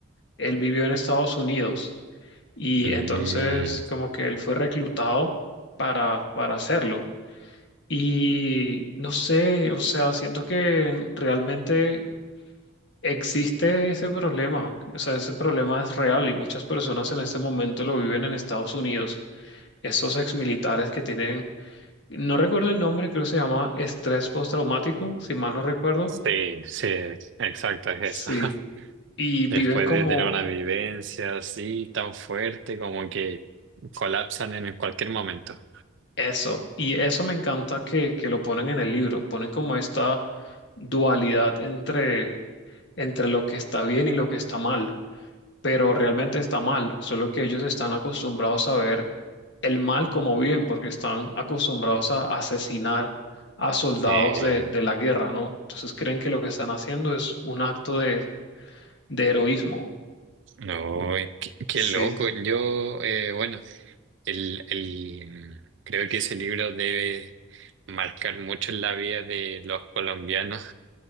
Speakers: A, on the left; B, on the right.
A: él vivió en Estados Unidos. Y
B: Mm,
A: entonces como que él fue reclutado para, para hacerlo. Y no sé, o sea, siento que realmente existe ese problema. O sea, ese problema es real y muchas personas en este momento lo viven en Estados Unidos. Esos exmilitares que tienen, no recuerdo el nombre, creo que se llama estrés postraumático, si mal no recuerdo.
B: sí, sí, exacto, es
A: Sí.
B: eso. <laughs>
A: Y viven
B: Después
A: como
B: de tener una vivencia así tan fuerte como que colapsan en cualquier momento.
A: Eso, y eso me encanta que, que lo ponen en el libro, ponen como esta dualidad entre, entre lo que está bien y lo que está mal, pero realmente está mal, solo que ellos están acostumbrados a ver el mal como bien, porque están acostumbrados a asesinar a soldados
B: Sí,
A: de, de la guerra, ¿no? Entonces creen que lo que están haciendo es un acto de, de heroísmo.
B: no, eh, qué, qué
A: Sí,
B: loco. Yo, eh, bueno, el, el, creo que ese libro debe marcar mucho en la vida de los colombianos.